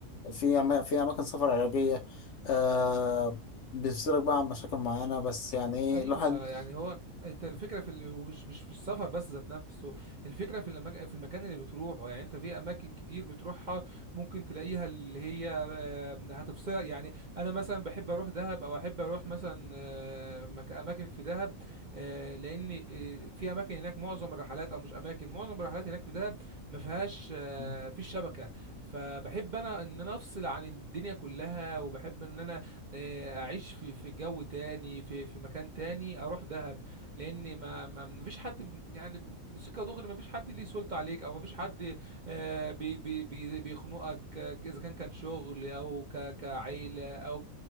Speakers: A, on the left (about 65°); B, on the right (about 40°).
A: في أما في اماكن سفر علاجية آه بيفصلك بقى عن مشاكل معينة بس يعني ايه
B: ايوه
A: الواحد
B: يعني هو انت الفكره في ال... ومش مش في السفر بس ذات نفسه الفكره في المج... في المكان اللي بتروحه يعني انت في اماكن كتير بتروحها ممكن تلاقيها اللي هي آه، هتفصلك يعني انا مثلا بحب اروح دهب او احب اروح مثلا آه، مك... اماكن في دهب آه، لان آه، في اماكن هناك معظم الرحلات او مش اماكن معظم الرحلات هناك في دهب ما فيهاش آه،
A: مم.
B: في الشبكه فبحب انا ان انا افصل عن الدنيا كلها وبحب ان انا آه، اعيش في في جو تاني في في مكان تاني اروح دهب لان ما ما ما فيش حد ب- يعني بسكه دغري ما فيش حد ليه سلطه عليك او ما فيش حد آه، بي بي بي بيخنقك آه، اذا كان كان شغل او ك كعيله او